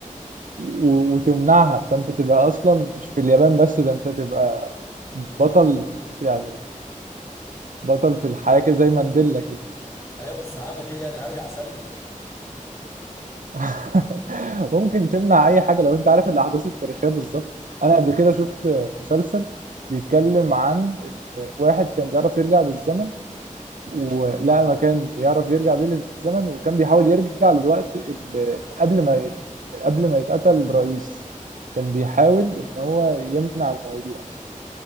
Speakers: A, on the right; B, on the left.
A: و... وتمنعها فانت تبقى اصلا مش في اليابان بس ده انت تبقى بطل يعني بطل في الحياه كده زي مانديلا
B: ايوه بس هعمل ايه يعني هرجع اسلك
A: <laughs> ممكن تمنع اي حاجه لو انت عارف الاحداث التاريخيه بالظبط انا قبل كده شفت مسلسل بيتكلم عن إن واحد كان بيعرف يرجع بالزمن ولقى مكان يعرف يرجع بيه للزمن وكان بيحاول يرجع للوقت اللي قبل ما يت... قبل ما يتقتل الرئيس كان بيحاول ان هو يمنع الموضوع